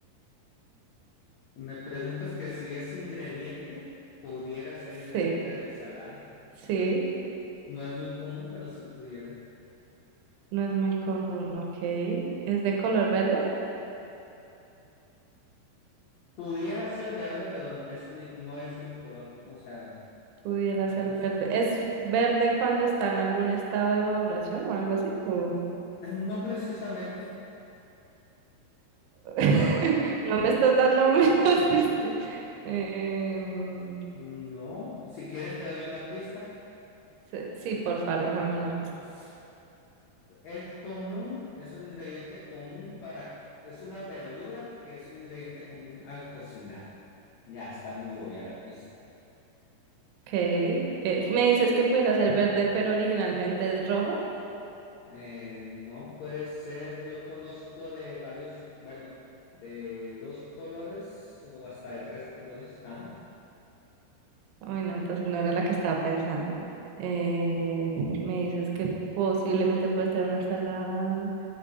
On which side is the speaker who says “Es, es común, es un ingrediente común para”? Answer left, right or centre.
Left